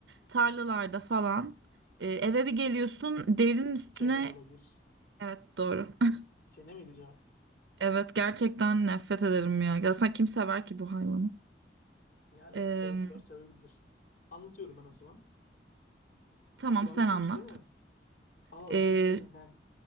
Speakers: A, on the right; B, on the left.
A: Tarlalarda falan. Eee, eve bir geliyorsun derinin üstüne.
B: Kene olabilir.
A: Evet doğru. <laughs>
B: Kene miydi cevap?
A: Evet gerçekten nefret ederim ya. Ya sen kim sever ki bu hayvanı?
B: Yani
A: Eee,
B: tavuklar sevebilir. Anlatıyorum ben o zaman.
A: tamam
B: Süren
A: sen
B: bitmiş
A: anlat.
B: değil mi? Aa
A: Ee,
B: özür dilerim ben